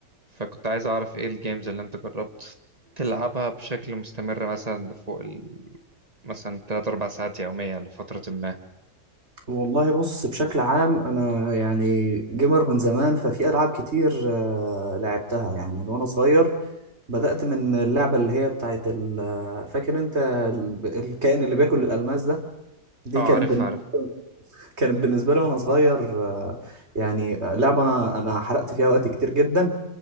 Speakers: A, on the right (about 20°); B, on the right (about 35°).
A: فكنت عايز أعرف إيه الجيمز اللي أنت جربت تلعبها بشكل مستمر مثلا لفوق ال... مثلا تلات أربع ساعات يوميا لفترة ما
B: والله بص بشكل عام انا يعني جيمر من زمان ففي العاب كتير آه، لعبتها يعني من وانا صغير بدأت من اللعبة اللي هي بتاعت ال- آه، فاكر انت ال- الكائن اللي بياكل الألماس ده دي
A: أه عارف
B: كانت بالنسبة
A: عارف
B: كانت بالنسبة لي وأنا صغير آه، يعني آه، لعبة أنا أنا حرقت فيها وقت كتير جدا